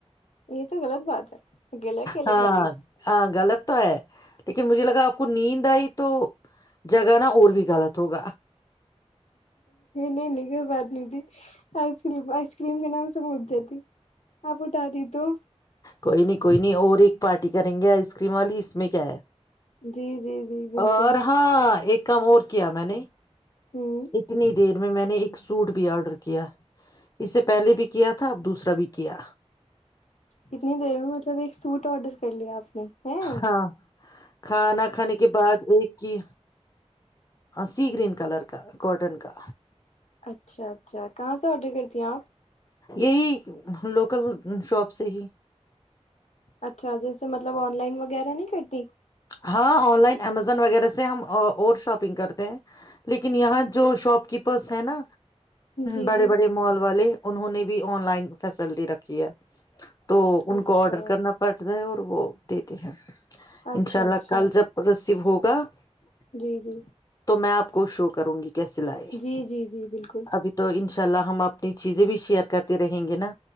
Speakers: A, on the left; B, on the left.
A: یہ تو غلط بات ہے اکیلے اکیلے
B: ہاں
A: کھا لی
B: ہاں غلط تو ہے لیکن مجھے لگا آپ کو نیند آئی تو جگانا اور بھی غلط ہوگا
A: نہیں نگو باد نہیںبی آئس کریم آئس کریم کے نام سے مٹ جاتی آپ اٹھا دی تو
B: کوئی نہیں کوئی نہیں اور ایک پارٹی کریں گے آئس کریم والی اس میں کیا ہے
A: جی جی جی بالکل
B: اور ہاں ایک کام اور کیا میں نے
A: ہوں
B: اتنی دیر میں میں نے ایک سوٹ بھی آڈر کیا اسے پہلے بھی کیا تھا اب دوسرا بھی کیا
A: اتنی دیر میں مطلب ایک سوٹ آڈر کر لیا آپ نے ہوں
B: ہاں کھانا کھانے کے بعد ایک ہی سی گرین کلر کا کاٹن کا
A: اچھا اچھا کہاں سے آڈر کرتی ہیں آپ
B: یہی لوکل شاپ سے ہی
A: اچھا جیسے مطلب آن لائن وغیرہ نہیں کرتی
B: ہاں آن لائن امیزون وغیرہ سے ہم اور شاپنگ کرتے ہیں لیکن یہاں جو شاپ کیپرس ہیں نا
A: جی
B: بڑے
A: جی
B: بڑے مال والے انہوں نے بھی آن لائن فیسلٹی رکھی ہے تو ان
A: اچھا
B: کو آڈر کرنا پڑتا ہے اور وہ دیتے ہیں
A: اچھا
B: ان شاء
A: اچھا
B: اللہ کل جب رسیو ہوگ <unintelligible>
A: جی جی
B: میں آپ کو شو کروں گی انھی
A: جی جی جی بالکل
B: تو ان ان شاء اللہ ہم اپنی چیزیں بھی شیئر کرتے رہیں گے نا